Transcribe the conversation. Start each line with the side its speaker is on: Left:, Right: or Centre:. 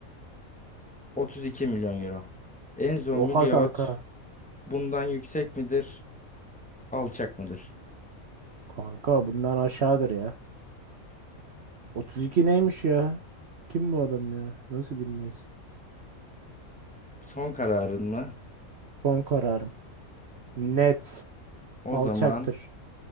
Centre: 32 milyon euro. Enzo Miliot
Right: Oha kanka.
Centre: bundan yüksek midir, alçak mıdır?
Right: Kanka bundan aşağıdır ya. 32 neymiş ya? Kim bu adam ya? Nasıl bilmeyiz?
Centre: Son kararın mı?
Right: Son kararım. Net.
Centre: O
Right: Alçaktır.
Centre: zaman